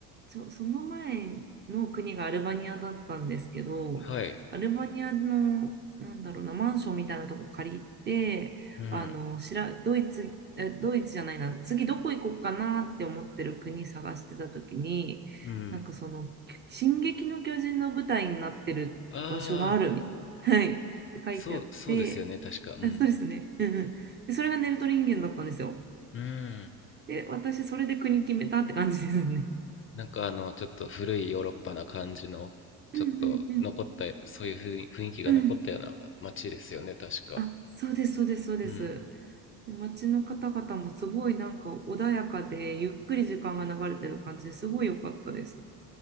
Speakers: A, on the right; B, on the left.
A: ちょ、その前の国がアルバニアだったんですけど、
B: はい。
A: アルバニアの、なんだろうな、マンションみたいなとこ借りて、
B: うん。
A: あの、しら、ドイツ、えドイツじゃないな、次どこ行こうかなって思ってる国探してた時に、
B: うん。
A: なんかその、進撃の巨人の舞台になってる場所があるみ、
B: ああ、
A: <laughs> はい、って書いてあって、
B: そう、そうですよね。確か。うん。
A: あそうですね、うんうん。で、それがネルトリンゲンだったんですよ。
B: うん。
A: で、私、それで国決めたって感じですね。
B: なんかあの、ちょっと古いヨーロッパな感じの、ちょっと残った、
A: うんうんうん
B: そういう雰囲雰囲気が残ったような街ですよね、
A: うん
B: 確か。
A: あ、そうです、そうです、そうです。
B: うん。
A: で街の方々もすごいなんか穏やかで、ゆっくり時間が流れてる感じですごい良かったです。